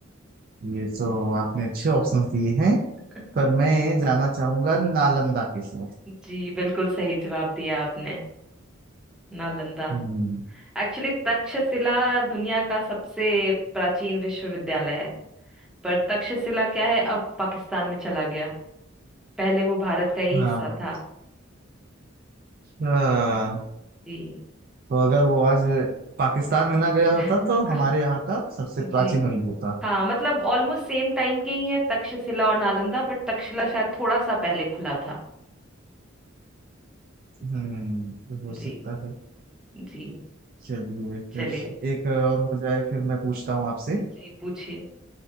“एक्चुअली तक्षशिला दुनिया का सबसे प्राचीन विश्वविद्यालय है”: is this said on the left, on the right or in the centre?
Centre